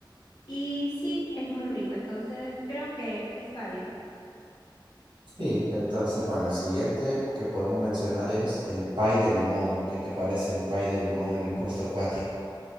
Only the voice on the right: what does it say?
Sí, entonces, bueno, el siguiente que podemos mencionar es el pie de limón. ¿Qué te parece el pie de limón en el puesto 4?